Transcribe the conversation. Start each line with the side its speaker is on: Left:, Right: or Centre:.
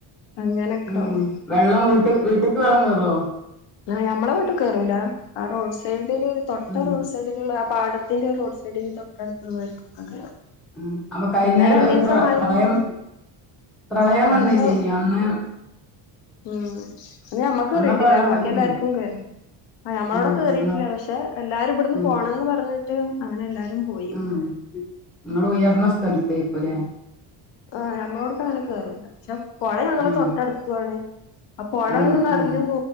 Left: അങ്ങനെയൊക്കെ
Centre: ഉം
Left: ആവും
Centre: വെള്ളം വീട്ട വീട്ട്‌ക്ക് വെള്ളം കേറോ
Left: ആ നമ്മള വീട്ട്ക്ക് കേറൂല ആ റോഡ് സൈഡില് തൊട്ട
Centre: ഉം
Left: റോഡ് സൈഡിലുള്ള ആ പാട തിന്റെ റോഡ് സൈഡിന്റെ തൊട്ത്ത്ള്ളോ ൽ കൊക്കെ കേറും
Centre: ഉം അപ്പൊ കഴിഞ്ഞ
Left: പിന്നെ
Centre: ഒരു
Left: രണ്ടീസം
Centre: ഒരു പ്ര
Left: മയേനി
Centre: പ്രളയം പ്രളയം
Left: ആ അന്നന്നെ
Centre: വന്നില്ലേനിയോ അന്ന്
Left: ഉം അന്ന് ഞമ്മക്ക് കേറിട്ടില്ല
Centre: അന്നൊക്കെ വെള്ളം
Left: ബാക്കി
Centre: കേറിഞ്ഞോ
Left: എല്ലാർക്കും കേറി ആ ഞമ്മളോടെ
Centre: ഉം
Left: കേറിട്ടില്ല
Centre: ഉം
Left: പക്ഷെ എല്ലാരും ഇബടന്ന്
Centre: ഉം
Left: പോണംന്ന് പറഞ്ഞ് <unintelligible> അങ്ങനെ എല്ലാരും പോയി
Centre: ഉം നിങ്ങള് ഉയർന്ന
Left: ഉം
Centre: സ്ഥലത്തേക്കുംല്ലേ
Left: ആ ഞമ്മളോടു ക്ക് അങ്ങനെ കേറൂല പക്ഷെ പോഴഞങ്ങളെ
Centre: ഉം
Left: തൊട്ടടുത്തുംണേ അ പൊഴങ്ങനെനിറഞ്ഞു
Centre: ഉം ഉം